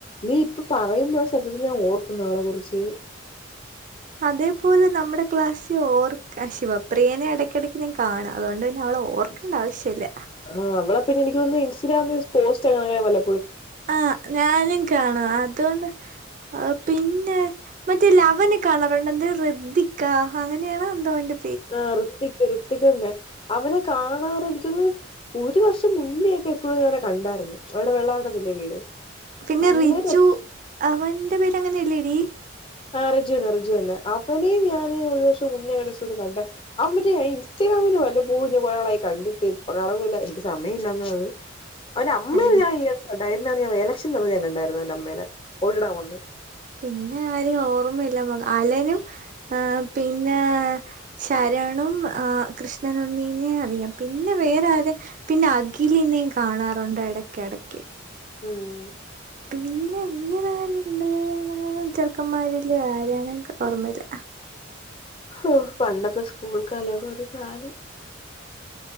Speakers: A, on the left (about 25°); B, on the right (about 40°).
A: നീ ഇപ്പൊ പറയുമ്പോൾ സത്യത്തി ഞാൻ ഓർക്കുന്ന അവളെ കുറിച്ച്
B: അതേപോലെ നമ്മുടെ ക്ലാസ് ഓർക്ക ശിവപ്രിയനെ ഇടക്കിടക്ക് നി കാണാം അതുകൊണ്ട് തന്നെ അവളെ ഓർക്കേണ്ട ആവശ്യമില്ല
A: ആ അവളെ പിന്നെ എനിക്ക്ന്ന് ഇൻസ്റ്റഗാമില് പോസ്റ്റ് അങ്ങനെങ്ങനെ വല്ല
B: ആ ഞാനും കാണും അതുകൊണ്ട് ആ പിന്നെ മറ്റേ ലവന കാണറുണ്ടോ എന്ത് ഋദ്ദിക്കോ അങ്ങനെയാണോ എന്തോന്റെ
A: ആഹ ഋത്തിക്ക് ഋ ഋത്തിക്ക് തന്നെ അവനെ കാണാറ എനിക്കൊന്ന് ഒരു വർഷം മുന്നേയൊക്കെ എപ്പോഴോ അവനെ കണ്ടായിരുന്നു അവിടെ വെള്ളാരുടത്തല്ലേ വീട്
B: പിന്നെ
A: അന്നേരം
B: റിജു അവന്റെ പേര്ങ്ങനെയല്ലേടി
A: ആ റിജുന്നെ, റിജുന്നെ, അവനെയും ഞാന് ഒരു വർഷം മുന്നേ അങ്ങടെ കണ്ടാ അവന്റെ ഇൻസ്റ്റ <unintelligible> വല്ലപ്പോഴും കുറെന്നാളായി കണ്ടിട്ട് <unintelligible> എനിക്ക് സമയമല്ലാന്നെത് അവന്റെ അമ്മെ
B: അയാ
A: ഞാൻ ഈ അടുത്തുണ്ടായിരുന്നു ഞൻ എലക്ഷൻ നിന്ന് കണ്ടായിരുന്നു, അവന്റെ അമ്മനെ വോട്ടിടാൻ വന്ന്.
B: പിന്നെ ആര്? ഓ അല്ല മ അലനും പിന്നെ? ശരണും ആ കൃഷ്ണ നെ അറിയാം പിന്നെ വേറെ ആരെ? പിന്നെ അഖിലിനെയും കാണാറുണ്ട് ഇടക്ക ഇടക്ക്.
A: ഉം
B: പിന്നെ വീനവരുണ്ട് ചെറുക്കന്മാരില് ആരണെങ്ക ഓർമ്മ ഇല്ല.
A: ഓ, പണ്ടത്തെ സ്കൂൾക്കാലോ ഒരു കാലം!